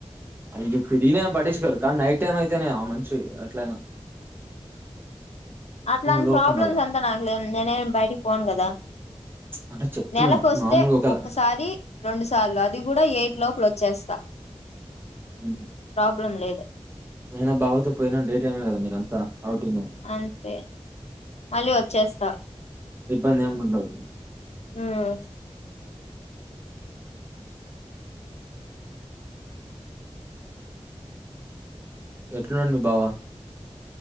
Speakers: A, on the right; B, on the left.
A: అయ్యో తిరిగిన ఏం పట్టించుకోరు కానీ నైట్ టైం అయితేనే ఆ మంచు అట్లయినా
B: అట్లాంటి
A: లోపు
B: ప్రాబ్లమ్స్
A: ఉండాల
B: అంత నాక్లే నేనే బయటికి పోను కదా
A: అంటే చెప్తున్నా
B: నెలకొస్తే
A: మామూలుగా ఒకలా
B: ఒక్కసారి రెండు సార్లు అది గూడా ఎయిట్ లోపలో చేస్తా
A: హ్మ్
B: ప్లమ్ లేదు
A: అయినా బావతో పోయినా డే టైమే కదా మీరంతా ఔటింగ్
B: అంతే మళ్ళీ వచ్చేస్తా
A: ఇబ్బంది ఏం ఉండదు
B: ఉమ్
A: ఎట్లునడు మీ బావ